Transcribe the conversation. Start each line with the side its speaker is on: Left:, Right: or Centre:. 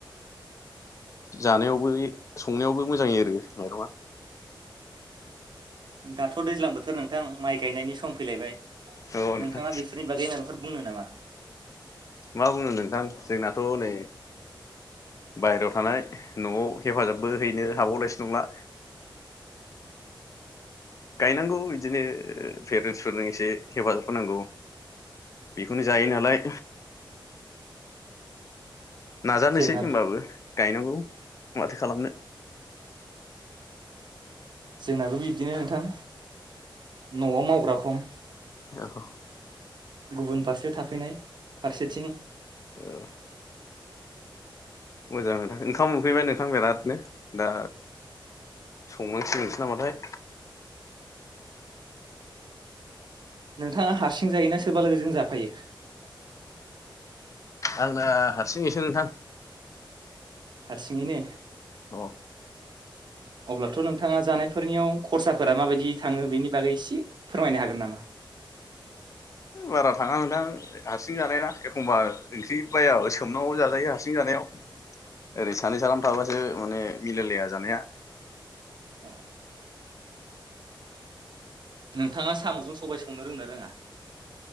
Left: जानायावबो संनायावबो मोजाङ आरो माइरंङा
Right: दाथ' दैज्लां बोथोर नोंथां माइ गायनायनि सम फैलायबाय
Left: औ नोंथां
Right: नोंथाङा बेफोरनि बागै माबाफोर बुंनो नामा?
Left: मा बुंनो नोंथां जोंनाथ' नै बायेरायाव थानाय न'आव हेफाजाबबो हैनो हाबावनायसो नंला। गायनांगौ बिदिनो ओ पेरेन्टसफोरजों एसे हेफाजाब होनांगौ बेखौनो जायो नालाय नाजानोसै
Right: जोंना
Left: होनबाबो गायनांगौ माथो खालामनो।
Right: जोंनाबो बि बिदिनो नोंथां न'आव मावग्रा खम <inaudible>
Left: औ।
Right: गुबुन फारसेयाव थाफैनाय फारसेथिं
Left: औ मोजां नोंथां ओंखाम उखैबाय नोंथां बिरादनो दा संनांसिगोनसो नामाथाय?
Right: नोंथाङा हारसिं जायोना सोरबा लोगोजों जाफायो?
Left: आंना हारसिङैसो नोंथां।
Right: हारसिङैनो
Left: औ।
Right: अब्लाथ' नोंथाङा जानायफोरनियाव खरसा फोर माबायदि थाङो बेनि बागै एसे फोरमायनो हागोन नामा?
Left: बारा थाङा नोंथां हारसिं जानाय ना एखमबा ओंख्रि बायाब सोमनानैबो जाजायो हारसिं जानायाव ओरै सानै साथाम थाबासो माने मिलायलाया जानाया।
Right: उम। नोंथाङा साम'जों सबाय स संनो रोंङोना रोङा?